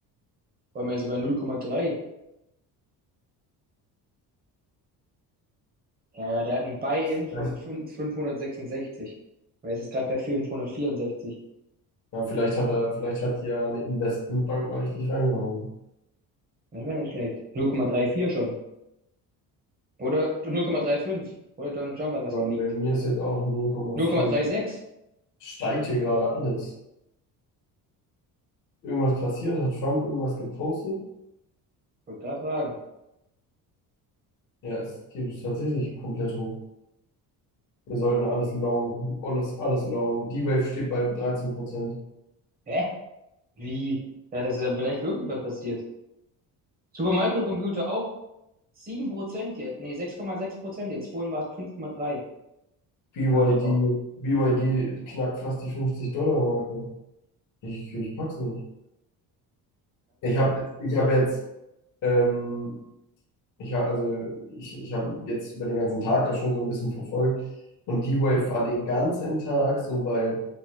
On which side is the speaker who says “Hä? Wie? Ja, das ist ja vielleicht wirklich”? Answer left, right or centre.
Right